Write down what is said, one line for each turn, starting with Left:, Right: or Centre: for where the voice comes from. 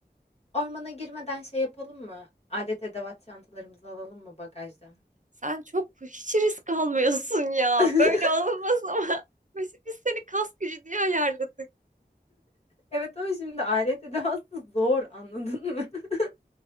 Left: Ormana girmeden şey yapalım mı? Alet edevat çantalarımızı alalım mı bagajdan?
Right: Sen çok hiç risk almıyorsun ya.
Left: <laughs>
Right: Böyle olmaz ama. <laughs> Biz biz seni kas gücü diye ayarladık.
Left: Evet ama şimdi alet edevatı zor anladın mı? <laughs>